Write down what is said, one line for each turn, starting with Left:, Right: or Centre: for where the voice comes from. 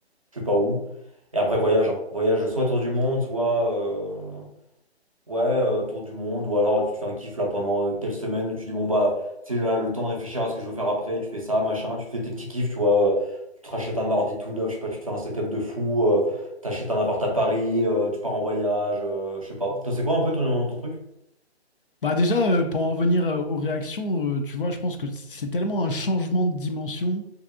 Right: je sais pas où. Et après, voyage, hein. Voyage soit tour du monde, soit. euh, Ouais, euh, tour du monde, ou alors tu te fais un kiff là pendant euh, telle semaine, où tu dis bon bah, tu sais là, le temps de réfléchir à ce que je veux faire après, tu fais ça, machin, tu te fais tes petits kiffs, tu vois, euh, tu te rachètes un ordi tout neuf, je sais pas, tu te fais un setup de fou, euh, t'achètes un appart à Paris, euh, tu pars en voyage, euh, je sais pas. Toi, c'est quoi un peu ton, ton truc?
Left: Bah déjà, euh, pour en venir euh, aux réactions, euh, tu vois, je pense que c'est tellement un changement de dimension